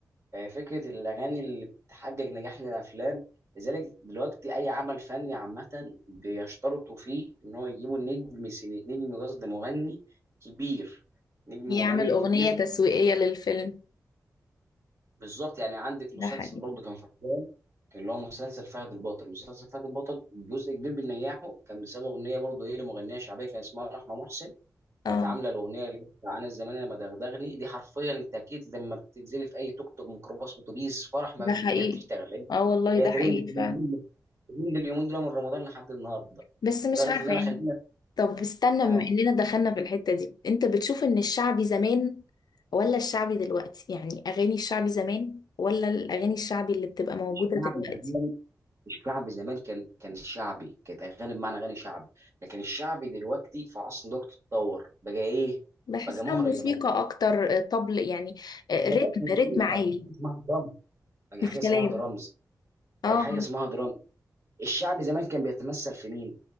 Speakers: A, on the right; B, on the left.
A: يعني فكره الاغاني اللي بتحقق نجاح للافلام لذلك دلوقتي اي عمل فني عامه بيشترطوا فيه ان هو يجيبوا نجم سيني... نجم قصد مغني كبير نجم
B: يعمل
A: مغني
B: اغنية
A: كبير
B: تسويقية للفيلم
A: بالظبط يعني عندك مسلسل
B: ده حقيقي
A: برضه كان في رمضان اللي هو مسلسل فهد البطل مسلسل فهد البطل جزء كبير بنجاحه كان بسبب اغنيه برضه ايه لمغنيه شعبيه كان اسمها رحمه محسن كانت
B: اه
A: عامله الاغنيه اللي بتاع انا الزمان لما دغدغني دي حرفيا انت اكيد لما بتنزلي في اي توك توك ميكروباص اتوبيس فرح ما
B: ده حقيقي
A: هي بتشتغل هي
B: اه والله
A: هي
B: ده
A: ترند
B: حقيقي فعلا
A: ترند اليومين دول من رمضان لحد النهارده
B: بس مش
A: لدرجه
B: عارفة
A: ان انا
B: يعني
A: خلينا
B: طب استنى
A: اه
B: بما اننا دخلنا في الحتة دي انت بتشوف ان الشعبي زمان ولا الشعبي دلوقتي يعني اغاني الشعبي زمان ولا الاغاني الشعبي اللي بتبقى موجودة
A: الشعبي
B: دلوقتي
A: الشعبي زمان كان كان شعبي كانت اغاني بمعنى اغاني شعبي لكن الشعبي دلوقتي في عصر دلوقتي اتطور بقى ايه
B: بحسها
A: بقى مهرجانات
B: موسيقى اكتر آه، طبل يعني آه،
A: ما بقاش
B: رتم
A: موسيقى
B: رتم عالي
A: بقى حاجه اسمها درامز بقى
B: مش
A: حاجه اسمها
B: كلام
A: درامز بقى
B: اه
A: حاجه اسمها درامز الشعبي زمان كان بيتمثل في مين